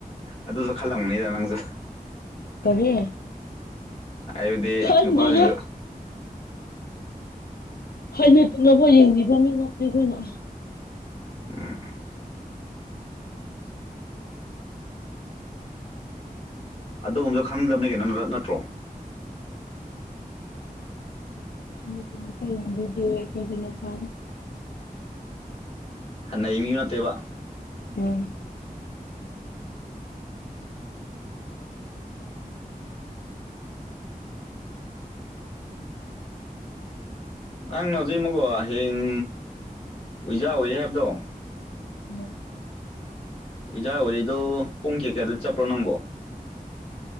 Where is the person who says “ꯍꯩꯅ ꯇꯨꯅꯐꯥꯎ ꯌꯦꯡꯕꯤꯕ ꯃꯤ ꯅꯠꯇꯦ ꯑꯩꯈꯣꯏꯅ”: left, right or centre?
Left